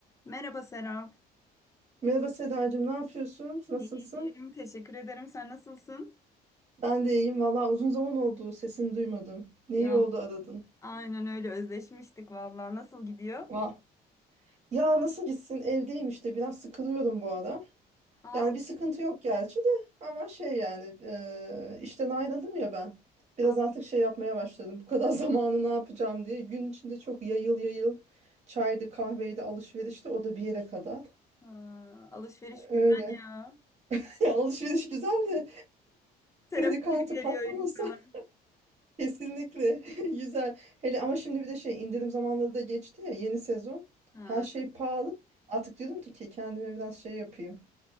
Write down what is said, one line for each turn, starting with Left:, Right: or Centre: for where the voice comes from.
Left: Merhaba Serap.
Right: Merhaba Sedacığım, ne yapıyorsun? Nasılsın?
Left: İyiyim, teşekkür ederim. Sen nasılsın?
Right: Ben de iyiyim. Valla uzun zaman oldu, sesini duymadım. Ne
Left: Ya,
Right: iyi oldu aradın.
Left: aynen öyle özleşmiştik vallahi. Nasıl gidiyor?
Right: Vah. Ya nasıl gitsin? Evdeyim işte, biraz sıkılıyorum bu ara.
Left: Aa,
Right: Yani bir sıkıntı yok gerçi de ama şey yani e, işten ayrıldım ya ben. Biraz
Left: aa,
Right: artık şey yapmaya başladım. Bu kadar <laughs> zamanı ne yapacağım diye. Gün içinde çok yayıl yayıl çaydı, kahveydi, alışverişti. O da bir yere kadar.
Left: aa, alışveriş güzel
Right: Öyle.
Left: ya.
Right: <laughs> Alışveriş güzel de
Left: Terapi
Right: kredi kartı
Left: gibi geliyor
Right: patlamasın.
Left: insana.
Right: Kesinlikle <laughs> güzel. Hele ama şimdi bir de şey indirim zamanları da geçti ya yeni sezon.
Left: Ha.
Right: Her şey pahalı. Artık diyordum ki, ki kendime biraz şey yapayım.